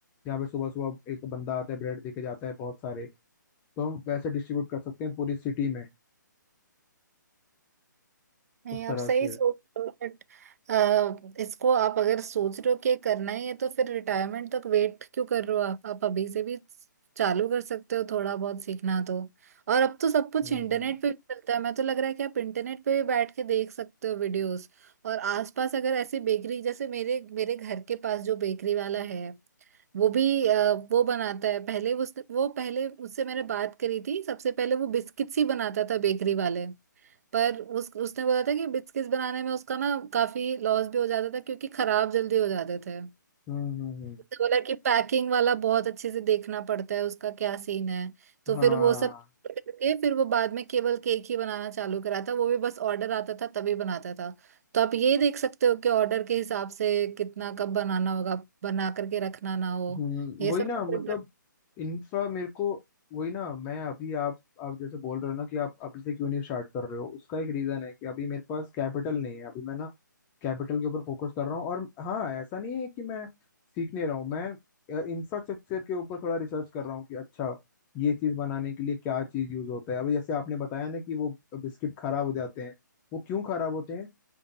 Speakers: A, on the left; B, on the right.
A: जहाँ पे सुबह सुबह एक बंदा आता है ब्रेड देके जाता है बहुत सारे तो हम वैसे डिस्ट्रीब्यूट कर सकते हैं पूरी सिटी में
B: नहीं
A: उस
B: आप
A: तरह
B: सही
A: से
B: सोच रहे हो बट इसको आप अगर सोच रहे हो कि करना ही है तो फिर रिटायरमेंट तक वेट क्यों कर रहे हो आप आप अभी से भी चालू कर सकते हो थोड़ा बहुत सीखना तो और अब तो सब कुछ
A: हम्म,
B: इंटरनेट पे भी मिलता है मैं तो लग रहा है कि आप इंटरनेट पे भी बैठ के देख सकते हो वीडियोस और आसपास अगर ऐसी बेकरी जैसे मेरे मेरे घर के पास जो बेकरी वाला है वो भी अ, वो बनाता है पहले उस वो पहले उससे मैंने बात करी थी सबसे पहले वो बिस्किट्स ही बनाता था बेकरी वाले पर उस उसने बोला था कि बिस्किट्स बनाने में उसका ना काफी लॉस भी हो जाता था क्योंकि खराब जल्दी हो जाते थे
A: हम्म हम्म हम्म,
B: तो बोला कि पैकिंग वाला बहुत अच्छे से देखना पड़ता है उसका क्या सीन है तो
A: हाँ
B: फिर वो सब करके फिर वो बाद में केवल केक ही बनाना चालू करा था वो भी बस ऑर्डर आता था तभी बनाता था तो आप ये देख सकते हो कि ऑर्डर के हिसाब से कितना कब बनाना होगा बना करके रखना ना हो
A: हम्म
B: ये
A: वही
B: सब
A: ना
B: आप
A: मतलब
B: एक
A: इंफ्रा मेरे को वही ना मैं अभी आप आप जैसे बोल रहे हो ना कि आप अभी से क्यों नहीं स्टार्ट कर रहे हो उसका एक रीजन है कि अभी मेरे पास कैपिटल नहीं है अभी मैं ना कैपिटल के ऊपर फोकस कर रहा हूँ और हाँ ऐसा नहीं है कि मैं सीख नहीं रहा हूँ मैं इंफ्रास्ट्रक्चर के ऊपर थोड़ा रिसर्च कर रहा हूँ कि अच्छा ये चीज बनाने के लिए क्या चीज यूज होता है अभी जैसे आपने बताया ना कि वो बिस्किट खराब हो जाते हैं वो क्यों खराब होते हैं